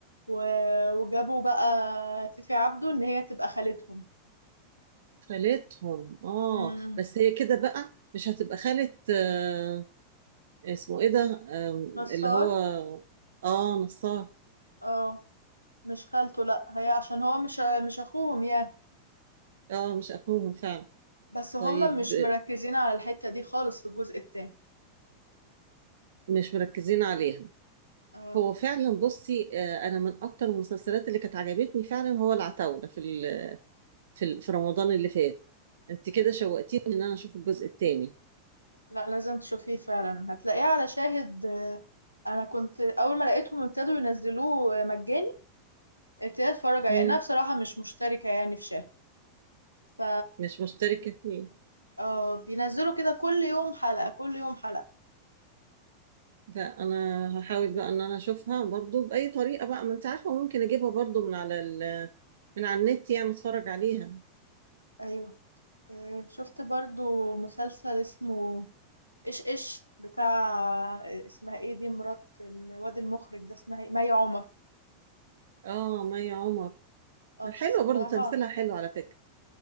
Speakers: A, on the right; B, on the right.
A: و... وجابوا بقى فيفي عبده ان هي تبقى خالتهم
B: خالتهم اه
A: امم
B: بس هي كده بقى مش هتبقى خالة آه اسمه ايه ده آه
A: نصار
B: اللي هو اه نصار
A: اه مش خالته لا هي عشان هو مش مش اخوهم يعني
B: اه مش اخوهم فعلا
A: بس هما
B: طيب
A: مش
B: آه،
A: مركزين على الحتة دي خالص في الجزء التاني
B: مش مركزين عليها
A: اه
B: هو فعلا بصي آه، انا من اكتر المسلسلات اللي كانت عجبتني فعلا هو العتاولة في ال- في ال- في رمضان اللي فات انت كده شوقتيني ان انا اشوف الجزء الثاني
A: لا لازم تشوفيه فعلا هتلاقيه على شاهد آه، انا كنت اول ما لقيتهم ابتدوا ينزلوه مجاني ابتديت اتفرج عليه
B: مم.
A: لانها بصراحه مش مشتركه يعني في شاهد ف
B: مش مشتركة فيه
A: آه، بينزلوا كده كل يوم حلقه كل يوم حلقه
B: لا انا هحاول بقى ان انا اشوفها برضو باي طريقة بقى ما انت عارفة ممكن اجيبها برضو من على ال... من على النت يعني اتفرج عليها
A: ايوه آه، شفت برضو مسلسل اسمه ايش ايش بتاع آه، اسمها ايه دي مرات الواد المخرج ده اسمها ايه مي عمر
B: اه مي عمر
A: اه بس
B: حلوة
A: بصراحه
B: برضو تمثيلها حلو على فكرة